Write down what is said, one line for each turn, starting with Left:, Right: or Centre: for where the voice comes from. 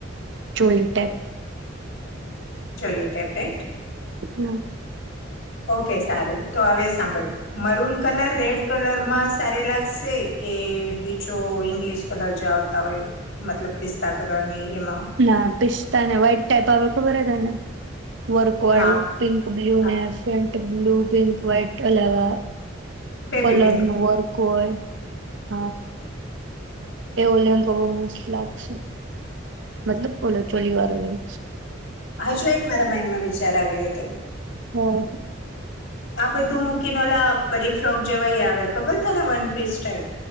Right: choli type.
Left: <inaudible> Tablet
Right: type
Left: okay સારું તો હવે સાંભળ મરૂન કલર રેડ કલરમાં સારી લાગશે કે બીજો ઈંગ્લિશ કલર જો આવતા હોય મતલબ પિસ્તા કલર. ની એમાં
Right: ના પિસ્તા ને વ્હાઈટ ટાઈપ આવે ખબર હે તને? વર્ક વાળું,
Left: હા
Right: પિંક બ્લુ
Left: હા
Right: ને ફેન્ટ બ્લુ પિંક વાઈટ અલાવા
Left: બેબી
Right: કલર
Left: પિંક
Right: નું વર્ક હોય હા. એવો લે ગો બહું મસ્ત લાગશે, મતલબ ઓલો ચોલી વાળો એમ.
Left: હજુ એક મારા માઇન્ડમાં વિચાર આવ્યો હતો.
Right: હા.
Left: આ બધું મૂકીને ઓલા પરીફ્રોક જેવા આવે ખબર તને વનપીસ ટાઈપ